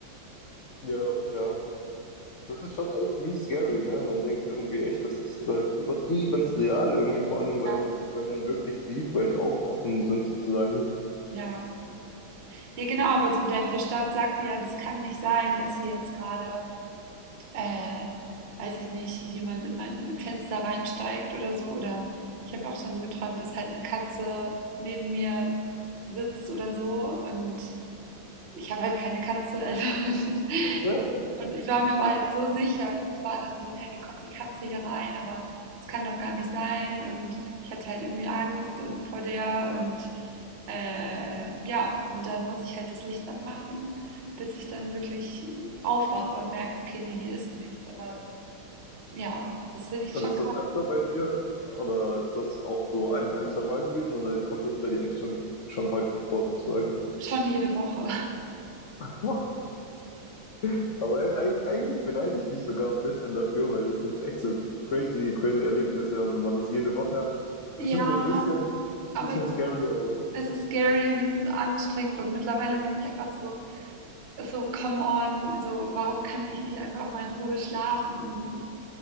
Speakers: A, on the left; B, on the right.
A: Ja, ja. Das ist schon irgendwie scary, ne? Man denkt irgendwie echt, das ist halt übertriebenst real, irgendwie vor allem, weil,
B: Ja.
A: weil man wirklich sieht, weil die Augen offen sind sozusagen.
B: ja. Ja, genau, aber so der Verstand sagt ja, das kann nicht sein, dass hier jetzt gerade, äh, weiß ich nicht, jemand in mein Fenster reinsteigt oder so. Oder ich habe auch schon geträumt, dass halt eine Katze neben mir sitzt oder so und ich habe halt keine Katze, also <laughs>
A: <laughs>
B: Und ich war mir aber halt so sicher und war dann so, hey, wie kommt die Katze hier rein? Aber es kann doch gar nicht sein. Und ich hatte halt irgendwie Angst und vor der und äh, ja, und dann muss ich halt das Licht anmachen, bis ich dann wirklich aufwache und merke, okay, nee, hier ist nichts. Aber ja, das finde ich
A: Und
B: schon,
A: ist das öfter bei dir oder ist das auch so ein, ein, zwei Mal gewesen oder kommt das bei dir echt schon, schon häufig vor sozusagen?
B: schon jede Woche.
A: <laughs> Aber e-, eig- eigentlich beneide ich dich sogar ein bisschen dafür, weil das sind echt so crazy, crazy Erlebnisse und wenn man das jede Woche hat,
B: Ja,
A: bestimmt so ein bisschen,
B: aber
A: bisschen
B: es ist,
A: scary, aber
B: es ist scary und es ist anstrengend und mittlerweile bin ich einfach so, so, come on, so, warum kann ich nicht einfach mal in Ruhe schlafen? Und das ist,